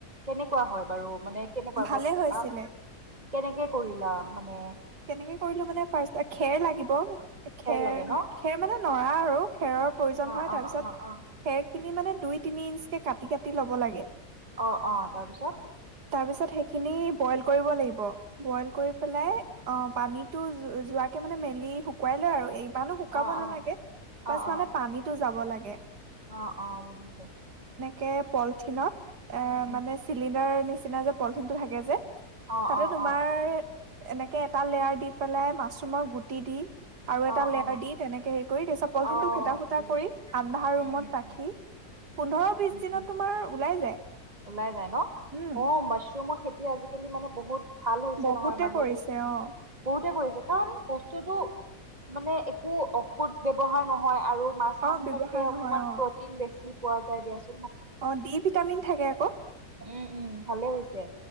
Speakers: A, on the right (about 25°); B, on the right (about 85°).
A: কেনেকোৱা হয় বাৰু। মানে কেনেকোৱা
B: ভালে
A: যত
B: হৈছিলে,
A: কাম কেনেকে কৰিলা। মানে
B: কেনেকে কৰিলো মানে ফাৰ্ষ্ট টাইম খেৰ লাগিব। খেৰ
A: লাগে ন
B: খেৰ মানে নৰা আৰু খেৰৰ প্ৰয়োজন
A: অ
B: হয়
A: অ
B: তাৰপিছত,
A: অ অ
B: খেৰ খিনি মানে দুই তিনি ইঞ্চ কে কাটি কাটি ল'ব লাগে
A: অ অ তাৰপিছত
B: তাৰপিছত সেইখিনি বইল কৰিব লাগিব। বইল কৰি পেলাই অ পানীতো যোৱাকে মানে মেলি শুকুৱাই লয় আৰু এই মানুহ শুকাব
A: অ
B: নালাগে,
A: অ অ
B: বাছ
A: অ
B: মানে পানীটো যাব যাব লাগে।
A: অ অ বুজিছো।
B: কে পলিথিনত অ
A: উম উম
B: মানে চিলিণ্ডাৰ নিচ নিচিনা যে পলিথিনটো থাকে যে
A: অ
B: তাতে
A: অ
B: তোমাৰ
A: অ
B: এনেকে তাকে এটা লেয়াৰ দি পেলাই মাছৰুমৰ গুটি দি আৰু এটা
A: অ
B: লেয়াৰ
A: অ
B: দি তেনেকে হেৰি কৰি তাৰপিছত পলথিনটো
A: অ
B: ফুটা ফুটা
A: বুজিছো
B: কৰি আন্ধাৰ
A: উম
B: ৰুমত
A: উম
B: ৰাখি
A: উম
B: পোন্ধৰ বিশ
A: উম
B: দিনত
A: উম
B: তোমাৰ ওলাই যায়।
A: ওলাই যায় ন,
B: উম
A: অ মাছৰুমৰ খেতি তি আজিকালি মানে বহুত ভাল হৈছে
B: বহুতে
A: নহয় মানুহবিল,
B: কৰিছে অ
A: বহুতে কৰিছে। কাৰণ বস্তুটো, মানে একো ঔষুধ ব্যয়ৱহাৰ নহয় আৰু মাছ
B: অ
A: মাংসতে
B: ব্যৱহাৰ
A: অকমান
B: নহয় অ
A: প্ৰটিন বেছি পোৱা যায় দিয়া চোন
B: অ, ডি ভিটামিন থাকে আকৌ
A: উম উম। উম ভালে হৈছে,